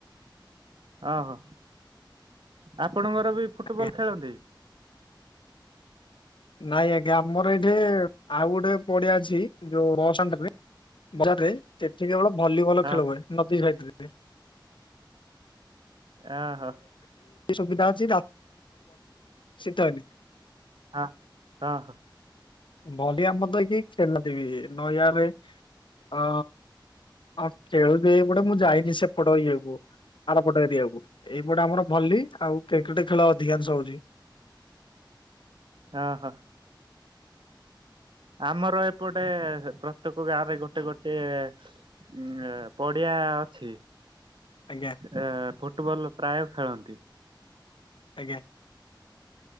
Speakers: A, on the right (about 75°); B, on the left (about 75°).
A: ଓହୋ ଆପଣଙ୍କର ବି ଫୁଟବଲ
B: ଖେଳିବେ?
A: ଖେଳନ୍ତି?
B: ନାଇଁ ଆଜ୍ଞା ଆମର ଏଇଠି ଆଉ ଗୋଟେ ପଡିଆ ଅଛି ଯୋଉ <unintelligible> ବଜାରରେ ସେଠି କେବଳ ଭଲିବଲ
A: ହଁ
B: ଖେଳ ହୁଏ ନଦୀ ସାଇଟରେ
A: ଆହୋ
B: ସୁବିଧା ଅଛି <unintelligible>
A: ଆ ଆହ
B: ଭଲି ଆମର ତ କିଏ ଖେଳିଲଥିବି ନୟା ରେ ଅ ହଁ <unintelligible> ଏଇପୋଟେ ମୁଁ ଯାଇନି ସେପଟ ଇଏକୁ ଆରପଟ ଏରିଆକୁ ଏଇପଟେ ଆମର ଭଲି ଆଉ କ୍ରିକେଟ ଖେଳ ଅଧିକାଂଶ ହଉଚି।
A: ହ ହ। ଆମର ଏପଟେ ପ୍ରତ୍ୟେକ ଗାଁ ରେ ଗୋଟେ ଗୋଟେ ଏ ଉଁ ପଡିଆ ଅଛି।
B: ଆଜ୍ଞା।
A: ଏଁ ଫୁଟବଲ୍ ପ୍ରାୟ ଖେଳନ୍ତି।
B: ଆଜ୍ଞା।